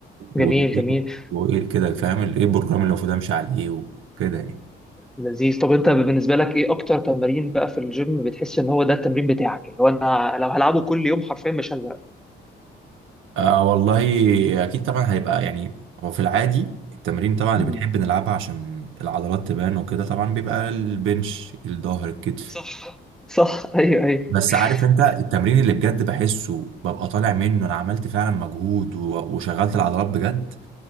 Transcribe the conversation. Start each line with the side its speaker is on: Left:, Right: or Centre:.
Centre: جميل
Right: و...
Centre: جميل
Right: وايه كده فاهم ال- ايه البروجرام اللي المفروض امشي عليه وكده يعني
Centre: لذيذ طب انت بالنسبه لك ايه اكتر تمرين بقى في الجيم بتحس ان هو ده التمرين بتاعك اللي هو انا لو هلعبه كل يوم حرفيا مش هزهق
Right: آه والله اكيد طبعا هيبقى يعني هو في العادي التمرين طبعا اللي
Centre: مم.
Right: بنحب نلعبها عشان العضلات تبان وكده طبعا بيبقى البنش الظهر الكتف
Centre: صح صح <laughs> ايوه ايوه
Right: بس عارف انت
Centre: يعني
Right: التمرين اللي بجد بحسه ببقى طالع منه انا عملت فعلا مجهود و- وشغلت العضلات بجد